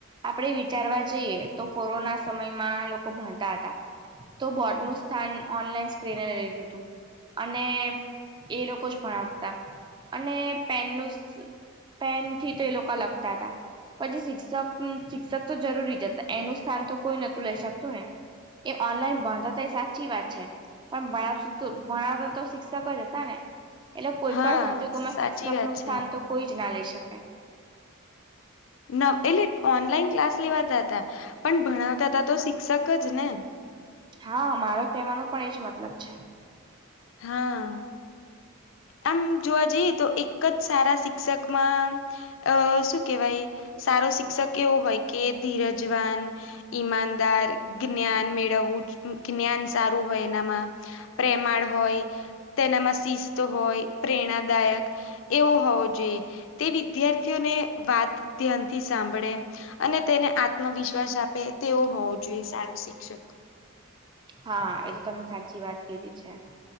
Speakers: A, on the right; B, on the left.
A: આપણે વિચારવા જઈએ તો કોરોના સમયમાં લોકો ભણતાં હતાં. તો બોર્ડનું સ્થાન ઓનલાઈન સ્ક્રીને લીધું તું. અને એ લોકો જ ભણાવતા અને પેનનું સ્ પેનથી તો એ લોકા લખતાં તા. પછી શિક્ષક ન શિક્ષક તો જરૂરી જ હતાં એનું સ્થાન તો કોઈ નોતું લઈ શકતું ને. એ ઓનલાઈન ભણતા હતા એ સાચી વાત છે પણ ભણાવતું <unintelligible> તો ભણાવતા તો શિક્ષકો જ હતા ને. એટલે કોઈ
B: હા
A: પણ સંજોગોમાં
B: સાચી
A: શિક્ષક
B: વાત
A: નું સ્થાન
B: છે
A: તો કોઈ જ ના લઈ શકે.
B: ન એટલે ઓનલાઈન ક્લાસ લેવાતા હતા પણ ભણાવતા ત તો શિક્ષક જ ને.
A: હા મારો કહેવાનો પણ એજ મતલબ છે.
B: હા. આમ જોવા જઈએ તો એક જ સારા શિક્ષકમાં અ શું કેહેવાય સારો શિક્ષક એવો હોય કે ધીરજવાન ઈમાનદાર જ્ઞાન મેળવવું જ જ્ઞાન સારું હોય એનામાં પ્રેમાળ હોય તેનામાં શિસ્ત હોય પ્રેરણાદાયક એવો હોવો જોઈએ તે વિદ્યાર્થીઓને વાત ધ્યાનથી સાંભળે અને તેને આત્મવિશ્વાસ આપે તેવો હોવો જોઈએ સારું શિક્ષક.
A: હા એ તો તમે સાચી વાત કીધી છે.